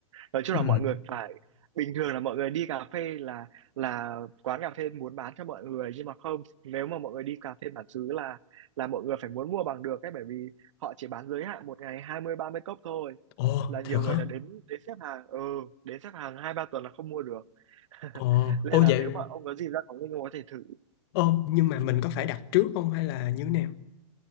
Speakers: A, on the right; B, on the left.
A: nói chung
B: ừ.
A: là mọi người phải bình thường là mọi người đi cà phê là là quán cà phê muốn bán cho mọi người nhưng mà không nếu mà mọi người đi cà phê bản xứ là là mọi người phải muốn mua bằng được ấy bởi vì họ chỉ bán giới hạn một ngày hai mươi ba mươi cốc thôi
B: Ồ
A: là nhiều
B: thiệt
A: người
B: hả
A: đã đến đến xếp hàng ừ đến xếp hàng hai ba tuần là không mua được <laughs>
B: Ồ
A: nên
B: ô
A: là
B: vậy
A: nếu mà ông có dịp ra Quảng Ninh ông có thể thử
B: Ồ nhưng mà mình có phải đặt trước không hay là như thế nào